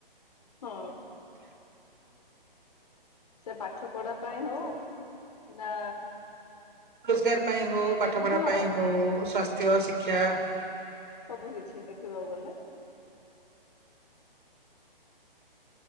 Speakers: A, on the left; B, on the right.
A: ହଁ ସେ ପାଠ ପଢା ପାଇଁ ହଉ ନା
B: ରୋଜଗାର ପାଇଁ ହଉ
A: ମେଡି
B: ପାଠ ପଢା
A: ହଁ
B: ପାଇଁ ହଉ ସ୍ଵାସ୍ଥ୍ୟ ଶିକ୍ଷା
A: ସବୁ କିଛି ଦେଖିବାକୁ ଗଲେ।